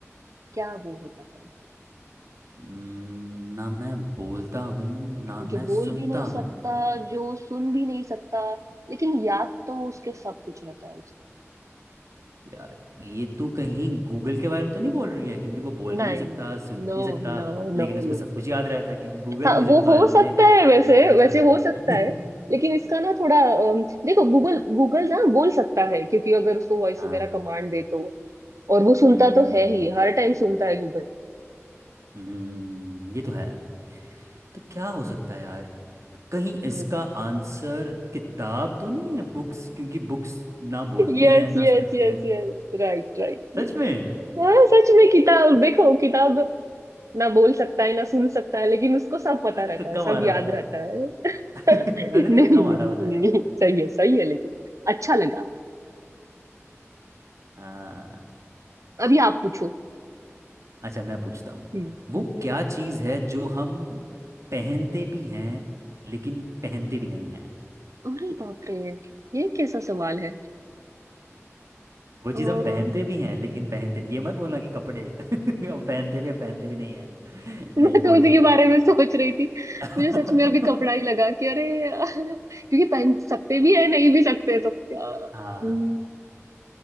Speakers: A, on the right; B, on the right.
A: क्या वो होता है
B: हम्म, ना मैं बोलता हूँ ना मैं
A: जो बोल
B: सुनता
A: भी नहीं सकता
B: हूँ
A: जो सुन भी नहीं सकता लेकिन याद तो उसके सब कुछ रहता है
B: यार ये तू कहीं गूगल के बारे में तो नहीं बोल रही है क्योंकि वो बोल भी
A: नहीं
B: नहीं सकता सुन भी
A: नो
B: नहीं सकता
A: नो
B: लेकिन
A: No
B: उसको
A: no
B: सब कुछ याद रहता है कि गूगल
A: हाँ
B: मुझे
A: वो
B: बताओ
A: हो
B: यार मुझे
A: सकता है वैसे
B: बीट पे जाना
A: वैसे हो सकता
B: है
A: है
B: <laughs>
A: लेकिन इसका ना थोड़ा अम, देखो गूगल गूगल ना बोल सकता है क्योंकि अगर उसको वॉइस
B: हाँ
A: वगैरह कमांड दे तो और वो सुनता
B: हम्म
A: तो है ही हर टाइम सुनता है गूगल
B: हम्म, ये तो है तो क्या हो सकता है यार कहीं इसका
A: देखो
B: आंसर किताब तो नहीं है बुक्स क्योंकि बुक्स ना बोलती
A: Yes
B: हैं ना
A: yes
B: सुनती
A: yes
B: हैं
A: yes right right
B: सच
A: yes
B: में
A: हाँ सच में किताब देखो किताब ना बोल सकता है ना सुन सकता है लेकिन उसको सब पता
B: मैंने
A: रहता
B: तुक्का
A: है सब
B: मारा
A: याद
B: बताया
A: रहता है
B: <laughs>
A: <laughs>
B: मैंने
A: नहीं
B: तुक्का मारा
A: नहीं
B: बताया
A: नहीं सही है सही है लेकिन अच्छा लगा
B: हाँ
A: अभी आप पूछो
B: अच्छा मैं पूछता हूँ
A: हम्म हम्म।
B: वो क्या चीज़ है जो हम पहनते भी हैं लेकिन पहनते भी नहीं हैं
A: अरे बाप रे ये कैसा सवाल है
B: वो
A: अ,
B: चीज़ हम पहनते भी हैं लेकिन पहनते नहीं ये मत बोलना कि कपड़े <laughs> हम पहनते भी हैं पहनते भी नहीं हैं <laughs> नहीं
A: मैं
B: वो
A: तो उसी
B: नहीं
A: के
B: है
A: बारे में सोच रही थी
B: <laughs>
A: मुझे सच में अभी कपड़ा ही लगा कि अरे क्योंकि पहन सकते भी है नहीं भी सकते तो क्या
B: हाँ
A: हम्म,